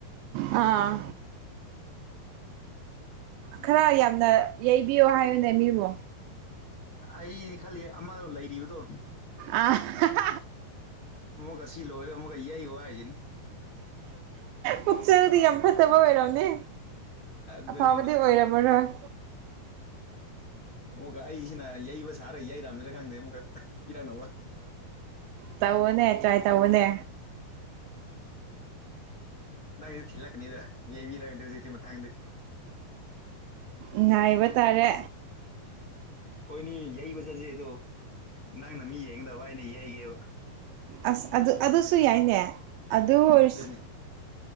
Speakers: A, on the right (about 80°); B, on the left (about 70°).
A: ꯑꯥ ꯈꯔ ꯌꯥꯝꯅ ꯌꯩꯕꯤꯌꯣ ꯍꯥꯏꯌꯣꯅꯦ ꯃꯤꯕꯨ
B: ꯑꯩꯗꯤ ꯈꯜꯂꯤ ꯑꯃ ꯂꯩꯔꯤꯕꯗꯣ
A: ꯑꯥ ꯍꯥ ꯍꯥ ꯍꯥ
B: ꯑꯃꯨꯛꯀ ꯑꯁꯤ ꯂꯣꯏꯔꯒ ꯑꯃꯨꯛꯀ ꯌꯩꯑꯣ ꯍꯥꯏꯁꯤꯅꯤ
A: ꯄꯨꯛꯆꯦꯜꯗꯤ ꯌꯥꯝ ꯐꯠꯇꯕ ꯑꯣꯏꯔꯝꯅꯤ
B: ꯑꯗꯨꯅꯤꯅꯦ
A: ꯑꯐꯕꯗꯤ ꯑꯣꯏꯔꯝꯃꯔꯣꯏ
B: ꯑꯃꯨꯛꯀ ꯑꯩꯁꯤꯅ ꯌꯩꯕ ꯁꯥꯔ ꯌꯩꯔꯥꯝꯁꯤꯔ ꯈꯪꯗꯦ ꯑꯃꯨꯛꯀ ꯄꯤꯔꯛꯅꯕ
A: ꯇꯧꯑꯣꯅꯦ ꯇ꯭ꯔꯥꯏ ꯇꯧꯑꯣꯅꯦ
B: ꯅꯪꯒꯤꯁꯨ ꯊꯤ ꯂꯥꯛꯀꯅꯤꯗ ꯌꯩꯕꯤꯔꯗꯤ ꯍꯧꯖꯤꯛꯇꯤ ꯃꯊꯡꯗꯤ
A: ꯉꯥꯏꯕ ꯇꯥꯔꯦ
B: ꯑꯩꯈꯣꯏꯅꯤ ꯌꯩꯕ ꯆꯠꯁꯤ ꯑꯗꯣ ꯅꯪꯅ ꯃꯤ ꯌꯦꯡꯒꯗꯕ ꯑꯩꯅ ꯌꯩꯒꯦꯕ
A: ꯑꯁ ꯑꯗꯨ ꯑꯗꯨꯁꯨ ꯌꯥꯏꯅꯦ ꯑꯗꯨ ꯑꯣꯏꯔꯁ
B: ꯑꯗꯨꯅꯤ